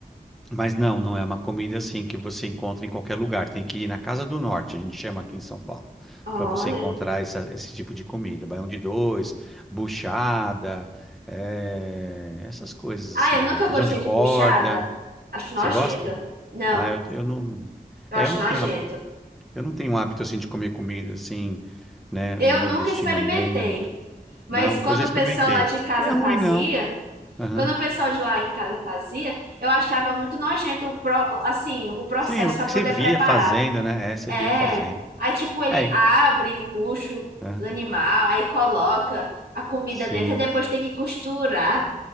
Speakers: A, in the centre; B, on the right.
A: Mas não, não é uma comida assim que você encontra em qualquer lugar. Tem que ir na casa do norte, a gente chama aqui em São Paulo,
B: Olha.
A: para você encontrar
B: aí.
A: essa- esse tipo de comida. Baião de dois, buchada, eh, essas coisas
B: Ah,
A: assim.
B: eu nunca
A: Feijão
B: gostei
A: de corda.
B: de buchada. Acho nojento.
A: Você gosta?
B: Não,
A: Ah, eu, eu não.
B: eu
A: é,
B: acho
A: eu não
B: nojento.
A: tenho. a- Eu não tenho um hábito assim de comer comida assim, né,
B: Eu
A: nordestina
B: nunca experimentei.
A: muito.
B: Mas
A: Não,
B: quando
A: eu já
B: o
A: experimentei.
B: pessoal lá de casa
A: Não é ruim,
B: fazia,
A: não. Aham.
B: quando o pessoal de lá em casa fazia, eu achava muito nojento o pro, assim, o processo
A: Sim, é porque
B: para poder
A: você via
B: preparar.
A: fazendo, né? É, você
B: É.
A: via fazendo.
B: Aí, tipo, ele
A: É,
B: abre o bucho
A: aham.
B: do animal, aí coloca a comida
A: Sim,
B: dentro, aí depois tem que costurar.